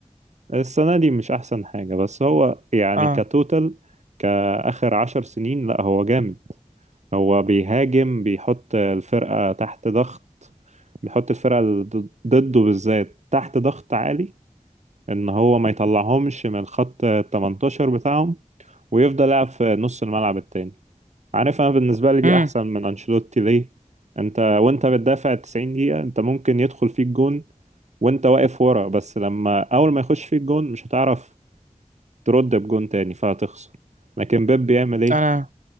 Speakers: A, on the right; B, on the right.
A: السنة دي مش احسن حاجة بس هو يعني
B: اه
A: كتوتال كآخر عشر سنين لا هو جامد هو بيهاجم بيحط الفرقة تحت ضغط بيحط الفرقة اللي ضد- ضده بالذات تحت ضغط عالي ان هو ما يطلعهمش من الخط 18 بتاعهم ويفضل يلعب في نص الملعب التاني عارف انا بالنسبه لي دي
B: امم
A: احسن من انشيلوتي ليه انت وانت بتدافع 90 دقيقه انت ممكن يدخل فيك جون وانت واقف ورا بس لما اول ما يخش فيك جون مش هتعرف ترد بجون تاني فهتخسر لكن بيب بيعمل ايه
B: انا